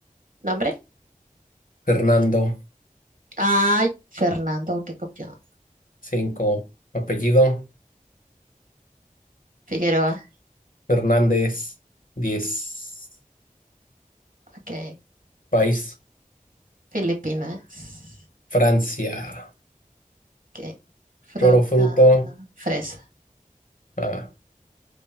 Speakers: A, on the right; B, on the left.
A: nombre.
B: Fernando,
A: Ay, Fernando, qué copión.
B: Cinco. Apellido,
A: Figueroa,
B: Fernández, 10.
A: ok.
B: País,
A: Filipinas,
B: Francia.
A: ok. Fruta,
B: Lloro fruto.
A: fresa,
B: Ah,